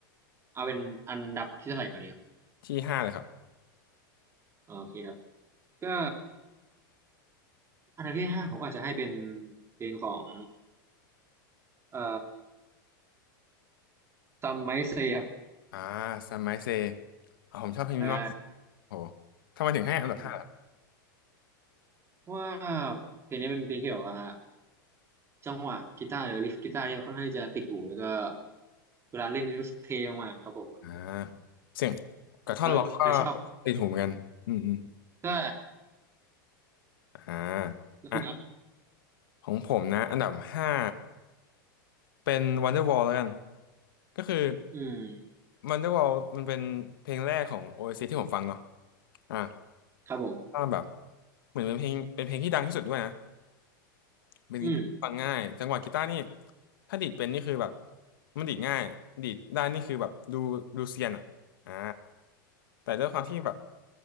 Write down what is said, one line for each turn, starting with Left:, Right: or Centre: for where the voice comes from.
Right: เอาเป็นอันดับที่เท่าไหร่ก่อนดีครับ
Left: ที่ห้าเลยครับ
Right: อ๋อโอเคครับก็อันดับที่ห้าผมอาจจะให้เป็นเพลงของเอ่อ Some Might Say ครับ
Left: อ่าซัมไมเซอ่ะผมชอบเพลงนี้มาก
Right: ใช่
Left: โอ้โหทำไมถึงให้อันดับห้าล่ะ
Right: อืมเพราะว่าเพลงนี้เป็นเพลงที่แบบว่าจังหวะกีตาร์หรือลิฟกีตาร์นี่ค่อนข้างจะติดหูแล้วก็เวลาเล่นนี่รู้สึกเท่มากครับผม
Left: อ่าเสียงกับท่อนร้องก็
Right: ผมก็เลยชอบ
Left: ติดหูเหมือนกันอืมอืม
Right: ใช่
Left: อ่
Right: แล้วคุณอาร์ตล่ะครับ
Left: า ของผมนะอันดับห้าเป็น Wonderwall แล้วกันก็คือ
Right: อืม
Left: Wonderwall มันเป็นเพลงแรกของ o a s c ที่ผมฟังเนาะอ่ะ
Right: ครับผม
Left: ก็แบบเหมือนเป็นเพลงเป็นเพลงที่ดังที่สุดด้วยนะเป็นฟังง่ายจังหวะกีตาร์นี่
Right: อืม
Left: ถ้าดีดเป็นนี่คือแบบมันดีดง่ายดีดได้นี่คือแบบดูดูเซียนอ่ะอ่าแต่ด้วยความที่แบบ
Right: ครับผม